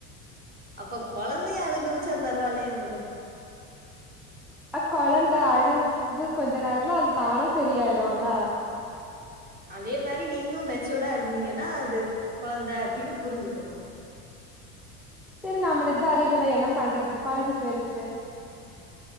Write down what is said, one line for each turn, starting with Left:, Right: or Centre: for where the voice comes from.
Right: அப்ப கொழந்தைய அழுக வச்சா பரவால்லயா மேடம்
Centre: அ கொழந்த அழுது கொஞ்ச நேரத்துல அது தானா சரியாயிடுல
Right: அதே மாரி நீங்களு மெச்சூடா இருந்தீங்கனா அது கொழந்த அப்டினு புரிஞ்சுக்கணு
Centre: செரி நம்மளுக்குதா அறிவில்ல என்ன பண்றது பழகி போயிருச்சு
Right: ஆ